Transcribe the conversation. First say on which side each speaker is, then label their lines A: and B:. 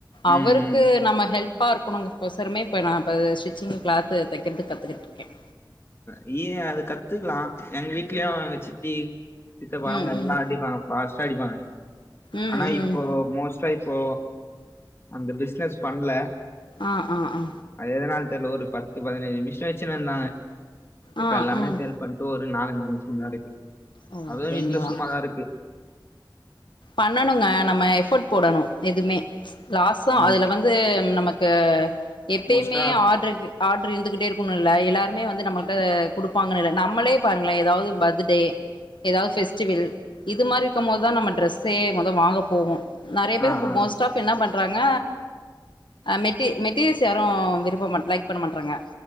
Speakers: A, on the left; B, on the left.
A: அவருக்கு
B: ம் ம்
A: நம்ம ஹெல்ப் பா இருக்கணுற்குசமே இப்ப நா இப்ப ஸ்டிச்சிங் கிளாத் தெக்கிறதுக்கு கத்துகிட்டு இருக்க
B: நீ ஏன் அத கத்துக்லா எங்க வீட்லயு எங்க சித்தி சித்தபா
A: ம்
B: எல்லா
A: ம்
B: அடிப்பாங்க ஃபாஸ்டா அடிப்பாங்க
A: ம்
B: ஆனா
A: ம்
B: இப்போ மோஸ்டா இப்போ அந்த பிசினஸ் பண்ல
A: ஆ ஆ ஆ
B: அது எதனால் தெர்ல ஒரு பத்து பதினைஞ்சு மிஷின் வச்சு இருந்தாங்க இப்ப
A: ஆ
B: எல்லாமே
A: ம்
B: சேல்ஸ் பண் இப்ப ஒரு நாலஞ்சு மிஷின் தா இருக்கு
A: ஓ
B: அதுவு
A: அப்டிங்களா
B: வீட்ல சும்மாதா இருக்கு
A: பண்ணணுங்க நம்ம எஃபோர்ட் போடணு எதுமே லாசு
B: ம்
A: அதுல வந்து நமக்கு எப்யுமே
B: மோஸ்ட்டா
A: ஆர்டர் இருக் ஆர்டர் இருந்துகிட்டே இருக்கணு இல்ல எல்லாருமே வந்து நமக்கு குடுப்பாங்கன்னு இல்ல நம்மளே பாருங்ளே எதாவது பர்த்டே எதாவது ஃபெஸ்டிவல் இது மாரி இருக்கும் போது தா நம்ம ட்ரெஸ் சே மொத வாங்க போவோ நறைய பேர்
B: ஆ ஆ
A: மோஸ் ஸ் டாப் என்ன பண்றாங்க மெட்டி மெட்டீரியல்ஸ் யாரு விரும்ப மாட் லைக் பண்ண மாட்றாங்க